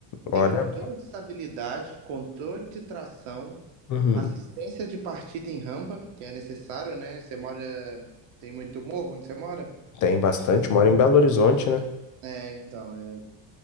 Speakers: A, on the right; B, on the left.
A: tem
B: Olha.
A: controle de estabilidade, controle de tração,
B: uhum,
A: assistência de partida em rampa, que é necessário, né? Você mora, tem muito morro onde você mora?
B: tem bastante. Mora em Belo Horizonte, né?
A: É, então, é...